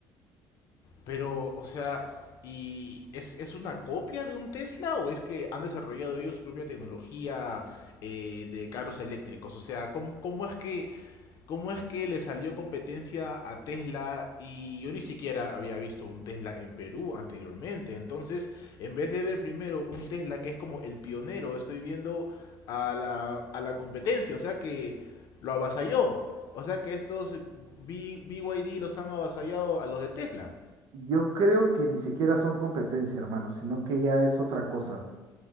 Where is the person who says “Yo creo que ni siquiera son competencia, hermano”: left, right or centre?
Right